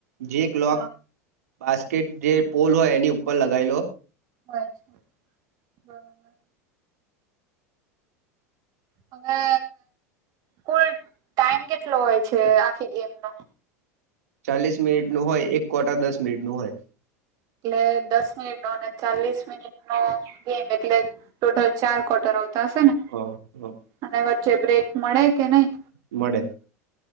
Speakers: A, on the right; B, on the right.
A: જે ક્લોક
B: હા
A: બાસ્કેટ જે... પોલ હોય એની ઉપર લગાવી લો.
B: હોય છે. બરાબર. હવે કુલ ટાઈમ કેટલો હોય છે? આખી ગેમ નો...
A: ચાલીસ મિનિટનો હોય એક કોટા દસ મિનીટનો હોય.
B: એટલે દસ મિનિટ નો ચાલીસ મિનિટ નો ગેમ એટલે... ટોટલ ચાર ક્વાર્ટર આવતા હશે ને?
A: <unintelligible>
B: અને વચ્ચે બ્રેક મળે કે નહી?
A: મળે.